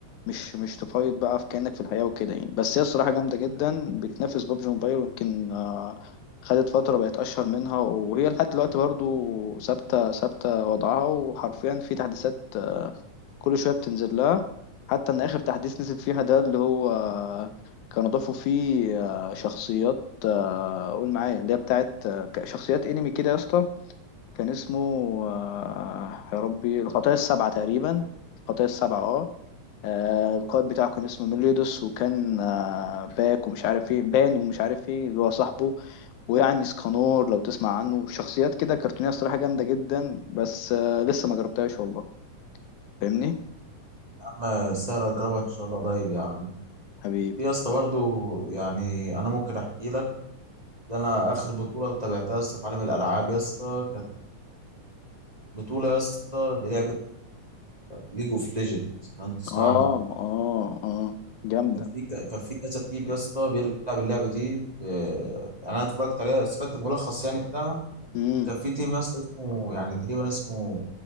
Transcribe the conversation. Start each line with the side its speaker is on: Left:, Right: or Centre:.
Left: مش مش تفايض بقى في كأنك في الحياة وكده يعني بس هي الصراحة جامدة جدا بتنافس بابجي موبايل ويمكن آه، خدت فترة بقت أشهر منها وهي لحد دلوقتي برضو ثابتة ثابتة وضعها وحرفيا في تحديثات آه، كل شوية بتنزل لها حتى إن آخر تحديث نزل فيها ده اللي هو آه، كانوا ضافوا فيه آه، شخصيات آه، قول معايا اللي هي بتاعت آه، شخصيات انمي كده يا اسطى كان اسمه آه، يا ربي الخطايا السبعة تقريبا الخطايا السبعة اه آه، القائد بتاعه كان اسمه ميليودوس وكان آه، باك ومش عارف ايه بان ومش عارف ايه اللي هو صاحبه ويعني اسكانور لو تسمع عنه شخصيات كده كرتونية الصراحة جامدة جدا بس آه، لسه ما جربتهاش والله فاهمني
Right: يا عم سهله اجربها ان شاء الله قريب يا عم
Left: حبيبي
Right: في يا اسطى برضه يعني انا ممكن احكي لك ده انا اخر بطوله تابعتها يا اسطى في عالم الالعاب يا اسطى كانت بطولة يا اسطى للعبة ليج اوف ليجند لو انت تسمع
Left: اه
Right: عنها
Left: اه اه جامدة
Right: كان في كان في كذا تيم يا اسطى بيلعب اللعبة دي آه، يعني انا اتفرجت عليها سمعت ملخص يعني بتاعها
Left: امم
Right: كان في تيم يا اسطى اسمه يعني تقريبا اسمه